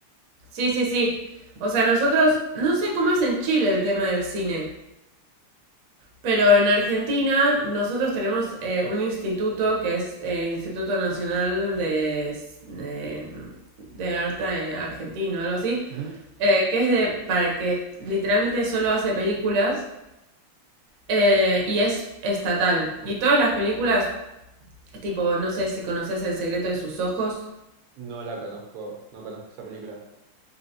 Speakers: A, on the right (about 60°); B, on the right (about 85°).
A: Sí, sí, sí. O sea, nosotros, no sé cómo es en Chile el tema del cine, pero en Argentina nosotros tenemos eh, un instituto que es eh, Instituto Nacional de, de, de Arte eh, Argentino, algo así,
B: Ujú.
A: eh, que es de, para que literalmente solo hace películas eh, y es estatal. Y todas las películas, tipo, no sé si conoces El secreto de sus ojos.
B: No la conozco, no conozco esa película.